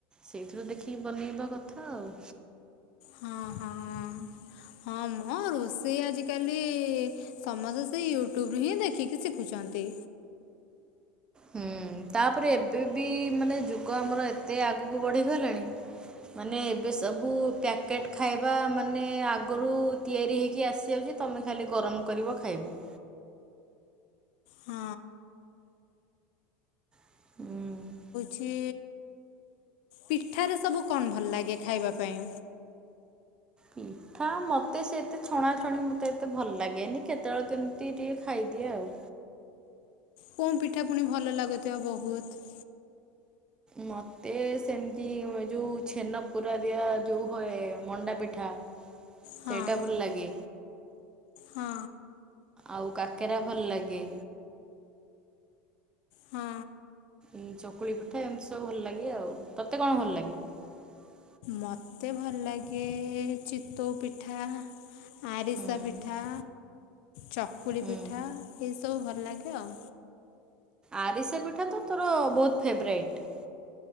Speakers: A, on the right; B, on the left.
A: ସେଇଥିରୁ ଦେଖିକି ବନେଇବା କଥା ଆଉ।
B: ହଁ ହଁ ହଁ ମୋ ରୋଷେଇ ଆଜିକାଲି ସମସ୍ତେ ସେ ୟୁଟ୍ୟୁବରୁୁ ହିଁ ଦେଖିକି ଶିଖୁଛନ୍ତି।
A: ହୁଁ ତାପରେ ଏବେ ବି ମାନେ ଯୁଗ ଆମର ଏତେ ଆଗକୁ ବଢିଗଲାଣି ମାନେ ଏବେ ସବୁ ପ୍ୟାକେଟ ଖାଇବା ମାନେ ଆଗରୁ ତିଆରି ହେଇକି ଆସିଯାଉଛି ତମେ ଖାଲି ଗରମ କରିବ ଖାଇବ।
B: ହଁ
A: ହୁଁ <inaudible>
B: ଛି ପିଠାରେ ସବୁ କଣ ଭଲ ଲାଗେ ଖାଇବା ପାଇଁ?
A: ପିଠା ମତେ ସେ ଏତେ ଛଣାଛଣି ମତେ ଏତେ ଭଲ ଲାଗେନି କେତେବେଳେ କେମିତି ଟିକେ ଖାଇଦିଏ ଆଉ।
B: କଉ ପିଠା ପୁଣି ଭଲ ଲାଗୁଥିବ ବହୁତ?
A: ମତେ ସେମିତି ଯୋଉ ଛେନା ପୁରା ଦିଆ ଯୋଉ ହୁଏ ମଣ୍ଡା ପିଠା
B: ହଁ
A: ସେଇଟା ଭଲ ଲାଗେ।
B: ହଁ
A: ଆଉ କା କାକେରା ଭଲ ଲାଗେ।
B: ହଁ।
A: ଉ ଚକୁଳି ପିଠା ଏମିତି ସବୁ ଭଲ ଲାଗେ ଆଉ ତତେ କଣ ଭଲ ଲାଗେ <unintelligible>
B: ମୋତେ ଭଲ ଲାଗେ ଚିତୋଉ ପିଠା, ଆରିସା
A: ହୁଁ
B: ପିଠା, ଚକୁଳି
A: ହୁଁ
B: ପିଠା ଏସବୁ ସବୁ ଭଲ ଲାଗେ ଆଉ।
A: ଆରିସ ପିଠା ତ ତୋର ବହୁତ ଫେବୋରାଇଟ।